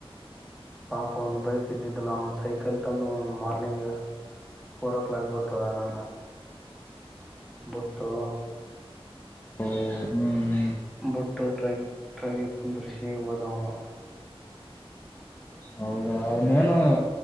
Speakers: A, in the centre; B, on the left (about 20°).
A: ಪಾಪ ಒಂದ್ ಬೈಕ್ ಇದ್ದಿದ್ದಾ ಅವನ್ ಸೈಕಲ್ ತಂದು ಒಂದ ಮಾರ್ನಿಂಗ್ ಫೋರ್ ಓ ಕ್ಲಾಕ್ ಬಿಟ್ಟದ ನನ್ನ ಬಿುಟ್ಟು
B: ಹ ಹ್ಮ್
A: ಬಟ್ಟ ಟ್ರೈನ ಟ್ರೈನ ಕುಂದ್ರಿಸಿೇ ಹೋದಾವನು
B: ಹೌದಾ ಅವನ ಏನು